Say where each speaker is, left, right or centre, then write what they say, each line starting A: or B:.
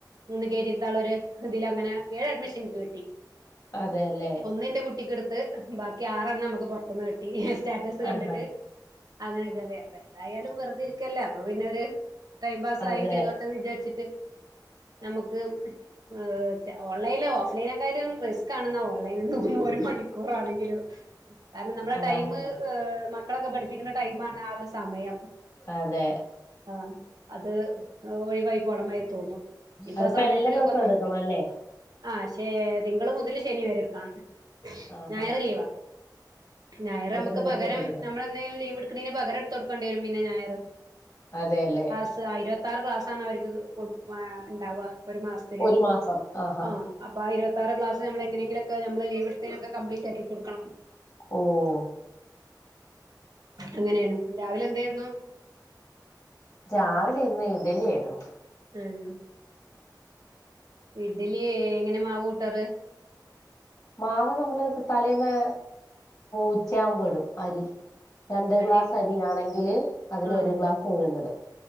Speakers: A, on the right (about 60°); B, on the left (about 50°).
A: നിന്ന് കേറ്റിര്ത്താളൊര് ഇതില് അങ്ങനെ ഏഴ് അഡ്മിഷ്ൻ ഇൻക്ക് കിട്ടി
B: അതേല്ലെ
A: ഒന്ന്ന്റെ കുട്ടിക്ക് ഇട്ത്ത് ബാക്കി ആറെണ്ണം നമ്ക്ക് പൊർത്ത്ന്ന് കിട്ടി സ്റ്റാറ്റസ് കണ്ട്ട്ട്
B: ആഹാ
A: അങ്ങനെ കേറിയ അപ്പെ ന്തായാലും വെറ്തെര് ക്കല്ലെ അപ്പൊ പിന്നൊരു ടൈംമ്പാസായി
B: അതെ
A: പത്ത്ന്ന് വിചാര്ച്ച്ട്ട് നമുക്ക് അഹ് ച്ചെ ഓൺലൈൽ ഓഫ് ലൈനെക്കായ്റ്റിലും റിസ്ക്കാണ്ന്നാ ഓൺലൈൻന്ന് തോന്നൂ ഒരു മണിക്കൂറാണെങ്കിലോ കാരണം നമ്മളെ
B: ആഹ്
A: ടൈമ് അ മക്കളൊക്കെ പഠിപ്പിക്ക്ന്ന ടൈമാണാ ആ ഒര് സമയം
B: അതെ
A: ആഹ്അത് ഓയ് വായി പോണമയ്ര് തോന്നും ഇപ്പാ
B: അതിപ്പോ
A: സമയത്തിലൊക്കൊന്നും
B: എല്ലാ ദിവസവും എടുക്കണം അല്ലേ?
A: ആഹ്ശേരി തിങ്കൾ മുതൽ ശനിവരെ ഇട്ക്കണം
B: ആഹാ
A: ഞായർ ലീവാ ഞായറമ്മ
B: ഒരു
A: ക്ക്പകരം
B: മണിക്കൂർ എടുക്കണം.
A: ന്നമ്മളെന്നേലും ലീവ്ട്ക്ക്ണേന് പകരം- ഇട്ത്തൊട്ക്കെണ്ടി വരും പിന്നെ ഞായറ്
B: അതേല്ലേ
A: <inaudible> ഇര്വത്താറ് ക്ലാസ് ആണ് അവര്ക്ക് കൊട് വാ ണ്ടാവാ ഒര് മാസ്ത്തില്
B: ഒരു മാസം ആഹാ
A: ആഹ് അപ്പാ ആ ഇര്വത്താറ് ക്ലാസ് ന്നമ്മ്ളെ ങ്ങനേങ്കിലൊക്കെ നമ്മ്ള് ലീവ്ട്ത്തേനൊക്കെ കംബ്ലി റ്റാക്കി ക്കൊട്ക്കണം
B: ഓഹ്
A: അങ്ങനേണ് രാവിലെ എന്തേര്ന്നു
B: രാവിലെ ഇന്ന് ഇഡലിആയിര്ന്നു
A: ഉം ഇഡ്ഡ്ലീ എങ്ങനെ മാവ്കൂട്ടാറ്
B: മാവ് നമ്മള് തലേന്ന് ഉച്ചയാവ്മ്പം ഇടും അരി രണ്ട്
A: അരി
B: ഗ്ലാസ് അരിയാണെങ്കില് അതിനൊരു
A: ആ
B: ഗ്ലാസ് ഉഴ്ന്ന്ടും